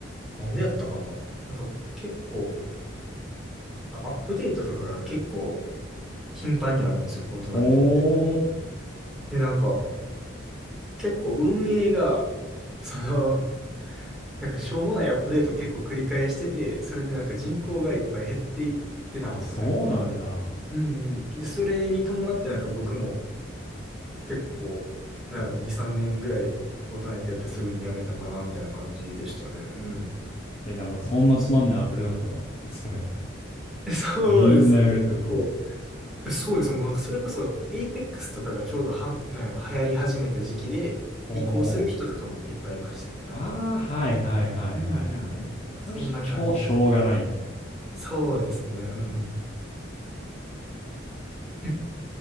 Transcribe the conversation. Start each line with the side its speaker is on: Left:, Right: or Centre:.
Centre: なんでやったかな。なんか結構、あアップデートとかが結構頻繁にあるんですよ、フォートナイトって。
Left: おー、おー、
Centre: で、なんか、結構運営が、<laughs> その、なんかしょうもないアップデートを結構繰り返してて、それでなんか人口がいっぱい減っていっ
Left: あ、
Centre: た、
Left: そうなんだ。
Centre: フォートナイト。うんうん。で、それに伴ってなんか僕も、結構、なんやろ、2、3年ぐらい、フォートナイトやってすぐにやめたかな、みたいな感じでしたね。うん。
Left: え、なんかそんなつまんないアプリだったの。
Centre: そ
Left: それ。
Centre: そうですね。
Left: みんなやめるってことは。
Centre: 結構、そうですね。もうなんかそれこそ、エイペックスとかがちょうどはん、なんやろ、流行り始めた時期で、
Left: おーおー
Centre: 移行する人とかもいっぱいいましたね。なんか。
Left: ああ、はいはいはいはいはい。
Centre: うんうんうん。
Left: それしょ、
Centre: そんな感じです。
Left: しょうがないね。
Centre: そうですね。うん。<laughs>